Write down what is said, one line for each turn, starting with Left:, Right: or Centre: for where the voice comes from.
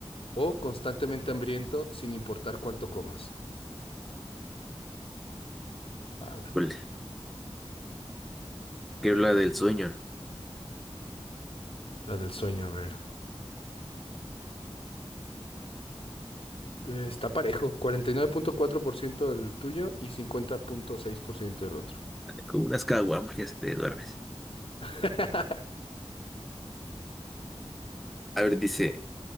Left: ¿O constantemente hambriento sin importar cuánto comas? Ala,
Centre: <laughs> Híjole, que habla del sueño. ¿no?
Left: la del sueño, a ver. Eh, está parejo, 49.4% del tuyo y 50.6% del otro.
Centre: Con unas caguamas ya se te duermes.
Left: <laughs>
Centre: A ver, dice,